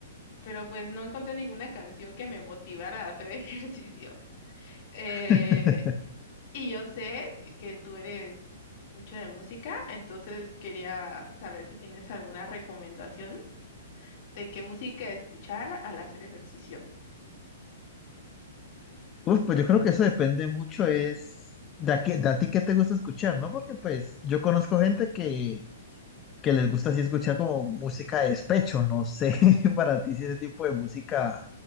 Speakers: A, on the left; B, on the left.
A: pero pues no encontré ninguna canción que me motivara a hacer <laughs> ejercicio. Eh,
B: <laughs>
A: y yo sé que tú eres mucho de música, entonces quería saber si tienes alguna recomendación de qué música escuchar al hacer ejercicio.
B: Uf, pues yo creo que eso depende mucho, es de a, qué- de a ti qué te gusta escuchar, ¿no? Porque pues yo conozco gente que, que les gusta así escuchar como música de despecho, no sé <laughs> para ti si ese tipo de música